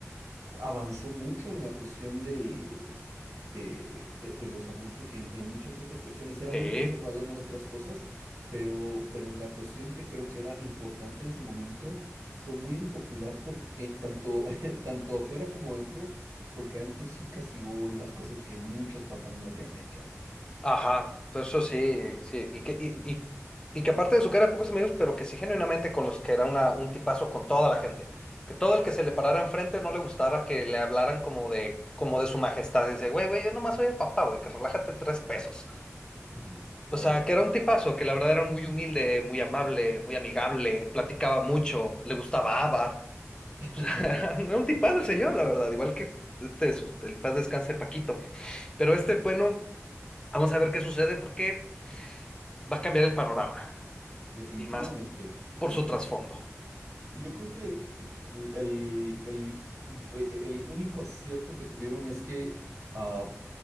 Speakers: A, on the right; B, on the left.
A: avanzó mucho en la cuestión del, eh, de, de los abusos y en, y en muchas otras cuestiones. Era
B: Sí.
A: muy conservador en otras cosas, pero, pero en la cuestión que creo que era importante en su momento, fue muy impopular por, eh, tanto, <laughs> tanto afuera como adentro, porque adentro sí castigó las cosas que muchos papás no habían hecho.
B: Ajá, pues eso sí, sí, y que, y, y- y que aparte de su cara era pocos amigos, pero que sí genuinamente con los que era una, un tipazo con toda la gente, que todo el que se le parara enfrente no le gustara que le hablaran como de, como de su majestad, y decía, güey, güey, yo nomás soy el papá, güey, que relájate tres pesos.
A: Ujú, claro,
B: O sea, que era un tipazo, que la verdad era muy humilde, muy amable, muy amigable, platicaba mucho, le gustaba ABBA. <laughs>
A: <laughs>
B: Era un tipazo el señor, la verdad, igual que este, su- el paz descanse Paquito. Pero este, bueno, vamos a ver qué sucede porque va a cambiar el panorama
A: definitivamente.
B: y más por
A: definitivamente.
B: su trasfondo.
A: Y yo creo que el, el, el- e, e, el único acierto que tuvieron es que ah,